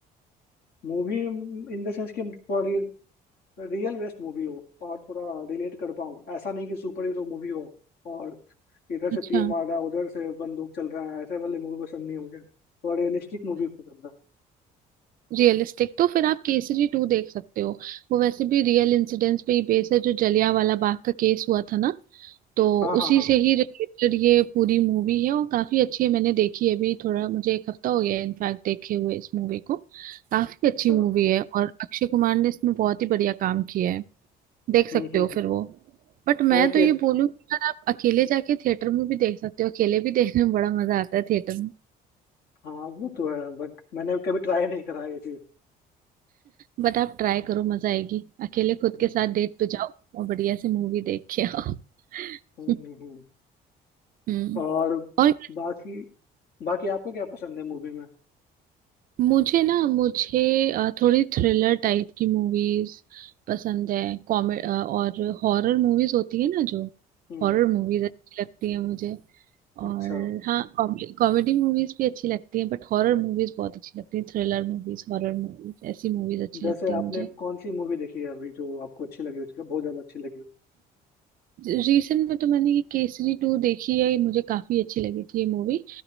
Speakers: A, on the left; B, on the right.
A: मूवी इन द सेंस कि थोड़ा रियल बेस्ड मूवी हो और थोड़ा रिलेट कर पाऊँ ऐसा नहीं कि सुपर हीरो मूवी हो और इधर से
B: अच्छा
A: तीर मार रहा है उधर से बंदूक चल रहा है ऐसे वाली मूवी पसंद नहीं है मुझे थोड़ा रियलिस्टिक मूवी पसंद है
B: रियलिस्टिक तो फिर आप केसरी टू देख सकते हो वो वैसे भी रियल इंसिडेंट्स पे ही बेस है जो जलियांवाला बाग का केस हुआ था ना तो
A: हाँ हाँ
B: उसी
A: हाँ
B: से ही रिलेटेड ये पूरी मूवी है और काफी अच्छी है मैंने देखी है अभी थोड़ा मुझे एक हफ्ता हो गया है इनफैक्ट देखे हुए इस मूवी को काफी
A: अच्छा
B: अच्छी मूवी है और अक्षय कुमार ने इसमें बहुत ही बढ़िया काम किया है देख सकते
A: हम्म हम्म
B: हो
A: हम्म
B: फिर वो बट
A: मैंने
B: मैं
A: के
B: तो ये बोलूँ कि यार आप अकेले जाके थिएटर में भी देख सकते हो अकेले भी देखने में बड़ा मजा आता है थिएटर
A: हाँ वो तो है बट मैंने कभी ट्राई नहीं करा ये चीज
B: बट आप ट्राई करो मजा आएगी अकेले खुद
A: हम्म
B: के साथ डेट पे जाओ और बढ़िया से मूवी देख के आओ <laughs>
A: हम्म, हम्म।
B: हम्म
A: और
B: और
A: बाकी बाकी आपको क्या पसंद है मूवी में
B: मुझे ना मुझे अ, थोड़ी थ्रिलर टाइप की मूवीज पसंद है कॉमेडी और हॉरर मूवीज होती है ना जो
A: हम्म
B: हॉरर मूवीज अच्छी लगती है मुझे
A: अच्छा
B: और हाँ कॉमेडी मूवीज भी अच्छी लगती है बट हॉरर मूवीज बहुत अच्छी लगती है थ्रिलर मूवीज हॉरर मूवीज ऐसी मूवीज अच्छी
A: जैसे
B: लगती
A: आपने
B: है मुझे
A: कौन सी मूवी देखी है अभी जो आपको अच्छी लगी हो जो बहुत ज्यादा अच्छी लगी हो
B: रिसेंट में तो मैंने ये केसरी टू देखी है ये मुझे काफी अच्छी लगी थी ये मूवी